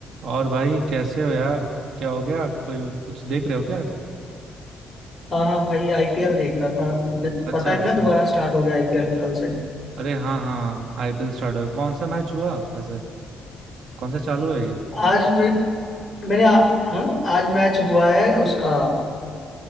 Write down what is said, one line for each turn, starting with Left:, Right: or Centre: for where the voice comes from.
Right: और भाई कैसे हो यार क्या हो गया कोई कुछ देख रहे हो क्या
Left: हाँ हाँ भाई आईपीएल देख रहा था न-
Right: अच्छा
Left: पता है
Right: अच्छा
Left: ना दोबारा स्टार्ट हो गया आईपीएल कल से
Right: अरे हाँ हाँ आईपीएल स्टार्ट हो कौन सा मैच हुआ वैसे कौन सा चालू है ये
Left: आज मैं मैंने आ, हाँ आज मैच हुआ है उसका